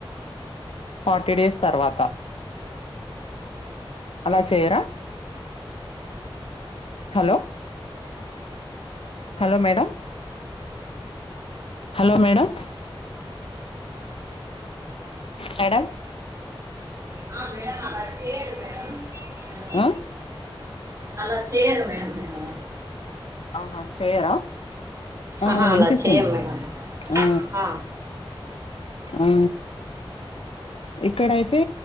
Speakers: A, on the left (about 85°); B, on the right (about 35°).
A: ఫార్టీ డేస్ తర్వాత అలా చేయరా hello hello madam hello madam madam
B: అ మేడం అలా చేయరు మేడం హలో
A: ఆ
B: అలా చెయ్యరు మేడం మేము
A: ఆహా చెయ్యరా హు
B: ఆహా
A: వినిపిస్తుంది
B: అలా చేయం మేడం
A: హు
B: ఆ
A: ఆ ఇక్కడైతే